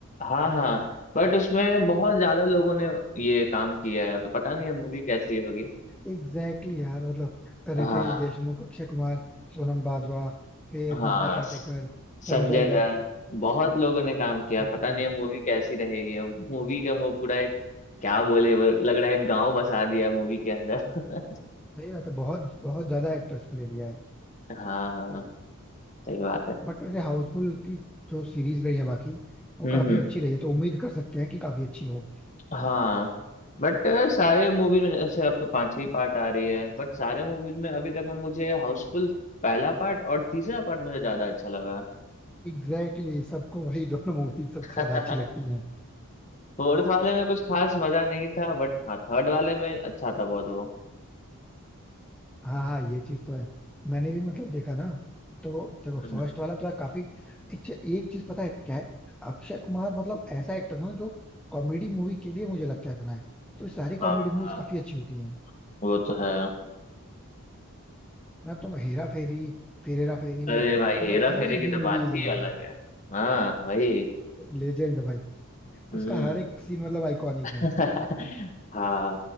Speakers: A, on the left (about 35°); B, in the centre.
A: हाँ हाँ बट उसमें बहुत ज्यादा लोगों ने ये काम किया है तो पता नहीं है मूवी कैसी होगी
B: एग्जैक्टली <laughs> यार मतलब
A: हाँ
B: रितेश देशमुख अक्षय कुमार सोनम बाजवा फिर
A: हाँ
B: नाना पाटेकर
A: स- संजय
B: संजय
A: दत्त
B: दत्त
A: बहुत लोगों ने काम किया पता
B: एग्जैक्टली
A: नहीं अब मूवी कैसी रहेगी अब मूवी का वो पूरा एक क्या बोले वो लग रहा है गांव बसा दिया मूवी के अंदर <laughs>
B: सही बात है बहुत बहुत ज्यादा एक्टर्स को ले लिया है
A: हाँ हाँ सही बात है
B: बट वैसे हाउसफुल की जो सीरीज रही है बाकी वो
A: हम्म
B: काफी
A: हम्म
B: अच्छी रही है तो उम्मीद कर सकते हैं कि काफी अच्छी हो
A: हाँ बट सारे मूवीज में जैसे अब तो पांचवी पार्ट आ रही है बट सारे मूवीज में अभी तक में मुझे हाउसफुल पहला पार्ट और तीसरा पार्ट मुझे ज्यादा अच्छा लगा
B: एग्जैक्टली exactly, सबको वही दोनों मूवी सबसे
A: <laughs>
B: ज्यादा अच्छी लगती है
A: फोर्थ वाले में कुछ खास मजा नहीं था बट हाँ थर्ड वाले में अच्छा था बहुत वो
B: हाँ हाँ ये चीज तो है मैंने भी मतलब देखा ना तो देखो
A: हम्म,
B: फर्स्ट वाला तो यार काफी एक, एक चीज पता है क्या है अक्षय कुमार मतलब ऐसा एक्टर ना जो कॉमेडी मूवी के लिए मुझे लगता है बना है तो सारी कॉमेडी
A: हाँ
B: मूवीज
A: हाँ
B: काफी अच्छी होती है
A: वो तो है
B: ना तुम हेरा फेरी फिर हेरा फेरी
A: अरे भाई हेरा
B: मतलब कोई
A: फेरी की
B: भी
A: तो बात
B: मूवी ले
A: ही
B: लो
A: अलग
B: भाई
A: है हाँ वही
B: लेजेंड है भाई
A: हम्म
B: उसका हर एक सीन मतलब आइकॉनिक
A: <laughs>
B: है
A: हाँ